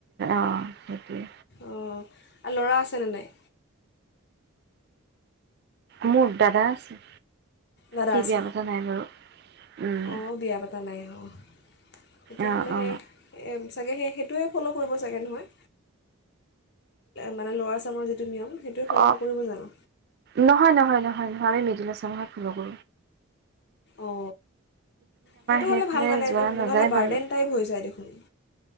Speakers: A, on the right; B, on the left.
A: অ সেইটোৱে।
B: অঁ আৰু ল'ৰা আছেনে নাই?
A: মোৰ দাদা আছে।
B: দাদা
A: সি
B: আছে
A: বিয়া পতা নাই বাৰু উম
B: অঁ বিয়া পতা নাই অ তেতিয়াহ'লে
A: অ অ
B: সেই, চাগে সেই সেইটোৱে ফ'ল' কৰিব চাগে নহয় মানে ল'ৰা ছামৰ যিটো নিয়ম সেইটোৱে ফ'ল'
A: অ
B: নকৰিব জানো
A: নহয় নহয় নহয় নহয় আমি মেজি নাছো চচা হাকুলো <unintelligible>
B: অঁ সেইটো
A: সেইফালে
B: হ'লে ভাল মানেদ
A: যোৱা নাযায়
B: নহ'লে বাৰ্ডেন
A: বাৰু
B: টাইপ হৈ যায় দেখোন।